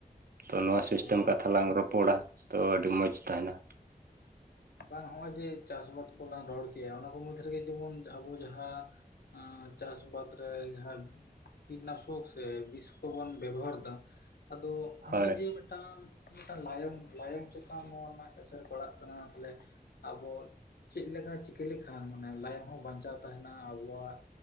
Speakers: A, on the right; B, on the left.
A: ᱛᱚ ᱱᱚᱶᱟ ᱥᱤᱥᱴᱮᱢ
B: ᱚ
A: ᱠᱟᱛᱷᱟ ᱞᱟᱝ ᱨᱚᱯᱚᱲᱟ ᱛᱚ ᱟᱹᱰᱤ ᱢᱚᱸᱡᱽ ᱛᱟᱦᱮᱱᱟ᱾
B: ᱵᱟᱝ ᱱᱚᱜᱼᱚᱭ ᱡᱮ ᱪᱟᱥᱵᱟᱫ ᱠᱚᱞᱟᱟᱝ ᱨᱚᱲ ᱠᱮᱜᱭᱟ ᱚᱱᱟ ᱠᱚ ᱢᱩᱚᱫᱽᱫᱷ ᱨᱮᱜᱮ ᱡᱮᱢᱚᱱ ᱟᱵᱚ ᱡᱟᱦᱟᱸ ᱟᱸ ᱪᱟᱥ ᱵᱟᱫᱽ ᱨᱮ ᱡᱟᱦᱟᱸ ᱠᱤᱴᱱᱟᱥᱚᱠ ᱥᱮ ᱵᱤᱥ ᱠᱚ ᱵᱚᱱ ᱵᱮᱵᱚᱦᱟᱨ ᱮᱫᱟ ᱟᱫᱚ ᱦᱚᱸᱜᱼᱚᱭ
A: ᱦᱳᱭ
B: ᱡᱮ ᱢᱤᱫᱴᱟᱝ ᱢᱤᱫᱴᱟᱱ ᱞᱟᱭᱚᱝ ᱞᱟᱭᱚᱝ ᱪᱮᱛᱟᱱ ᱱᱚᱣᱟ ᱨᱮᱱᱟᱜ ᱮᱥᱮᱨ ᱯᱟᱲᱟᱜ ᱠᱟᱱᱟ ᱛᱟᱞᱦᱮ ᱟᱵᱚ ᱪᱮᱫ ᱞᱮᱠᱟ ᱪᱤᱠᱟᱹ ᱞᱮᱠᱷᱟᱱ ᱢᱟᱱᱮ ᱞᱟᱡ ᱦᱚᱸ ᱵᱟᱧᱪᱟᱣ ᱛᱟᱦᱮᱱᱟ ᱟᱵᱚᱣᱟᱜ